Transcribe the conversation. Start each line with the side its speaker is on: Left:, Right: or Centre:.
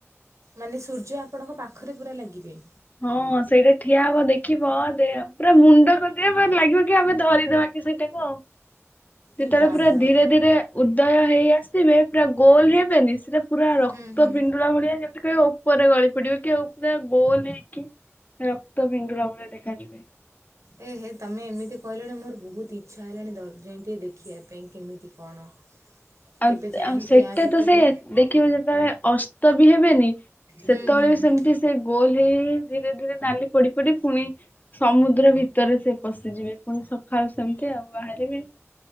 Right: ମାନେ ସୂର୍ଯ୍ୟ ଆପଣଙ୍କ ପାଖରେ ପୁରା ଲାଗିବେ।
Left: ହଁ ସେଇଟା ଠିଆ ହବ ଦେଖିବ ପୁରା ମୁଣ୍ଡ କତିରେ ପୁରା ଲାଗିବ କି ଆମେ ଧରିଦବାକି। ସେଇଟା କୁ ଆଉ। ଯେତେବେଳେ
Right: ଏ ବାବା
Left: ପୁରା ଧୀରେ ଧୀରେ ଉଦୟ ହେଇ ଆସିବେ ପୁରା ଗୋଲ ହେବେନି ସେ ପୁରା ରକ୍ତ
Right: ହୁଁ ହୁଁ
Left: ପିଣ୍ଡୁଳା ଭଳିଆ ଯେମିତି କି ଉପରେ ଗଳି ପଡିବ କି ଉପରେ ଗୋଲ ହେଇକି କି ରକ୍ତ ପିଣ୍ଡୁଳା ଭଳିଆ ଦେଖାଯିବେ।
Right: ଏ ହେ ତମେ ଏମିତି କହିଲଣି ମୋର ବହୁତ ଇଚ୍ଛା ହେଲାଣି ଦଯେଇ ଯାଇ ଟିକେ ଦେଖିବା ପାଇଁ କେମିତି କଣ।
Left: ଆଉ
Right: କେବେ ଯାଇକି
Left: ଆଉ ସେଟା
Right: ଆ ଭିତରେ
Left: ତ ସେୟା ଦେଖିବ ଯେତେବେଳେ ଅସ୍ତ ବି ହେବେନି, ସେତେବେଳେ
Right: ହୁଁ ହୁଁ
Left: ବି
Right: ହୁଁ
Left: ସେମିତି ସେ ଗୋଲ ହେଇ ହେଇ ଧୀରେ ଧୀରେ ନାଲି ପଡି ପଡି ପୁଣି। ସମୁଦ୍ର ଭିତରେ ସେ ପଶିଯିବେ ପୁଣି ସକାଳୁ ସେମିତି ଆଉ ବାହାରିବେ‌।